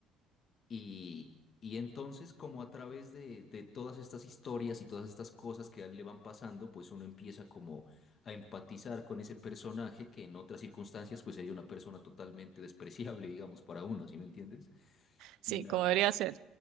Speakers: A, on the left; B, on the right.
A: Y, y entonces como a través de, de todas estas historias y todas estas cosas que a él le van pasando, pues uno empieza como a empatizar con ese personaje que en otras circunstancias pues sería una persona totalmente despreciable, <laughs> digamos, para uno, ¿sí me entiendes?
B: sí,
A: Y la,
B: como debería ser.